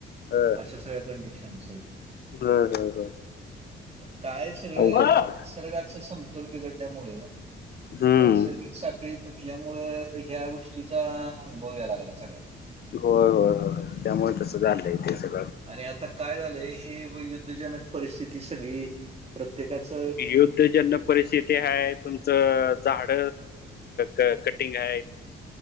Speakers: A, on the left; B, on the right.
A: अ
B: अशा सगळ्या कंडिशन्स आहेत
A: होय होय होय.
B: काय सगळं
A: अवघड
B: म्हणजे निसर्गाच समतोल बिघडल्यामुळ
A: हम्म.
B: नैसर्गिक साखळी तुटल्यामुंळ ह्या गोष्टीचा अनुभव या लागला सगळा
A: व्हय व्हय व्हय त्यामुळे तसं झालंय ते सग
B: आणि आता काय झालंय हे युद्धजनक परिस्थिती सगळी प्रत्येकाच
A: युद्धजनक परिस्थिती आहेत तुमचं झाड कटिंग हाय